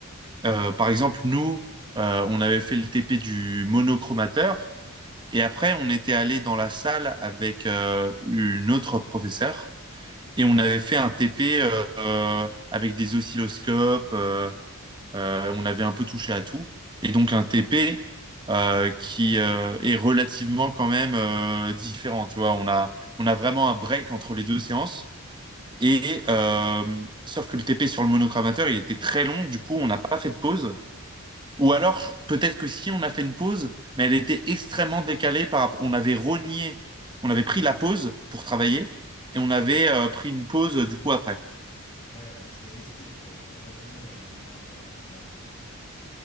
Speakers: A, on the right; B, on the left.
A: Euh,
B: Ah,
A: par exemple, nous, euh, on avait fait le TP du monochromateur et après, on était allé dans la salle avec euh, une autre professeure et on avait fait un TP euh, euh, avec des oscilloscopes. euh, euh, on avait un peu touché à tout. Et donc, un TP euh, qui euh, est relativement quand même euh, différent. Tu vois, on a, on a vraiment un break entre les deux séances.
B: ok.
A: Et euh, sauf que le TP sur le monochromateur, il était très long. Du coup, on n'a pas fait de pause. Ou alors, peut-être que si on a fait une pause, mais elle était extrêmement décalée par On avait rogné, on avait pris la pause pour travailler et on avait euh, pris une pause euh, du coup après.
B: Ouais, donc c'est risqué, quoi. Il y aura pas tout le monde à la même heure. euh, Non, c'est.